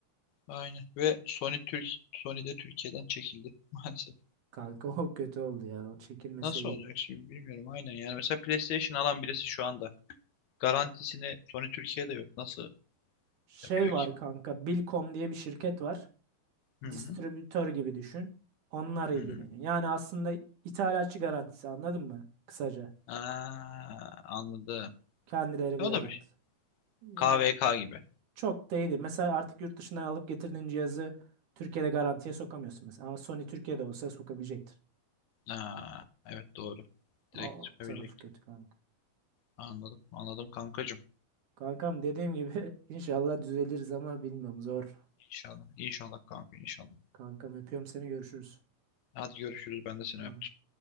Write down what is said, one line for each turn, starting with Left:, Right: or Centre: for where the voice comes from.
Left: Aynen. Ve Sony Türk Sony de Türkiye'den çekildi <laughs> maalesef.
Right: Kanka o kötü oldu ya. O çekilmese
Left: Nasıl
Right: iyi.
Left: olacak şimdi bilmiyorum aynen. Yani mesela PlayStation alan birisi şu anda garantisini Sony Türkiye'de yok. Nasıl
Right: Şey
Left: yapıyor
Right: var
Left: ki.
Right: kanka. Bilkom diye bir şirket var.
Left: Hı hı.
Right: Distribütör gibi düşün. Onlar ilgileniyor.
Left: Hı hı.
Right: Yani aslında ithalatçı garantisi anladın mı? Kısaca.
Left: Aa, anladım.
Right: Kendileri
Left: E,
Right: bir
Left: O
Right: garanti.
Left: da bir
Right: Ya
Left: KVK gibi.
Right: çok değil. Mesela artık yurt dışından alıp getirdiğin cihazı Türkiye'de garantiye sokamıyorsun mesela. Ama Sony Türkiye'de olsa sokabilecektir.
Left: Aa, evet doğru.
Right: Aa,
Left: Direkt
Right: O
Left: çıkabilecek.
Right: tarafı kötü kanka.
Left: Anladım. Anladım kankacığım.
Right: Kankam dediğim gibi <laughs> inşallah düzeliriz ama bilmiyorum zor.
Left: İnşallah. İnşallah kanka inşallah.
Right: Kankam öpüyorum seni görüşürüz.
Left: Hadi görüşürüz. Ben de seni
Right: Bay
Left: öptüm.
Right: bay.